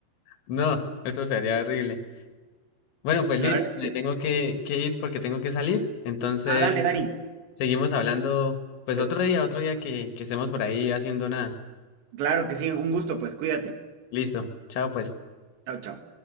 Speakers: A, on the left (about 80°); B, on the right (about 75°).
A: No, eso sería horrible. Bueno, pues
B: La
A: Liz,
B: verdad.
A: me tengo que, que ir porque tengo que salir. Entonces,
B: Ah, dale, Dari.
A: seguimos hablando, pues otro
B: Eh,
A: día, otro día que, que estemos por ahí haciendo nada.
B: Claro que sí, un gusto, pues cuídate.
A: Listo, chao pues.
B: Chao, chao.